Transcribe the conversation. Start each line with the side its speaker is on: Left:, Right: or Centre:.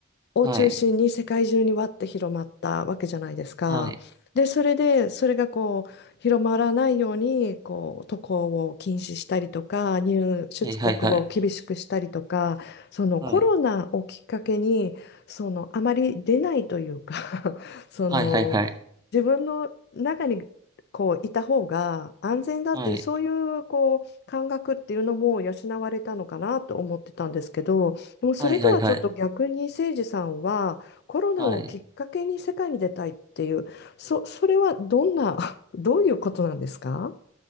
Left: を中心に世界中にわって広まったわけじゃないですか。
Right: はい。はい。
Left: で、それで、それがこう、広まらないように、こう、渡航を禁止したりとか、入出国を厳しくしたりとか、
Right: はい。はい。はい。
Left: そのコロナをきっかけに、
Right: は
Left: その、あまり出ないというか <laughs> その、
Right: い。はい。はい。
Left: 自分の中に、こういた方が安全だっていうそういうこう感覚っていうのも養われたのかなと思ってたんですけどでもそれとはちょっと逆に誠司さんはコロナをきっかけに世界に出たいっていう、
Right: はい。はい。はい。はい。はい。はい。
Left: そ、それはどんな、<laughs> どういうことなんですか